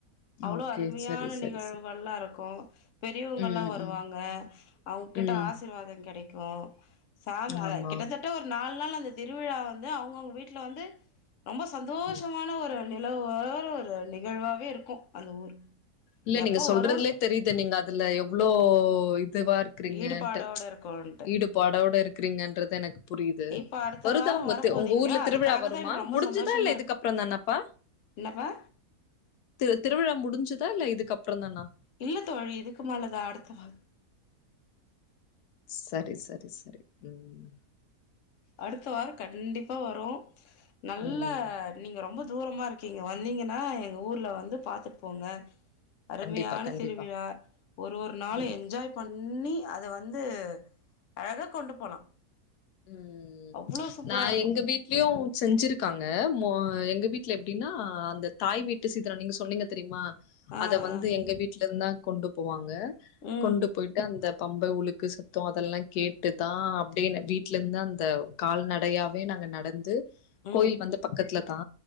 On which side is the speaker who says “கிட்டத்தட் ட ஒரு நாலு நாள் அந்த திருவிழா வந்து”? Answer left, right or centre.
Left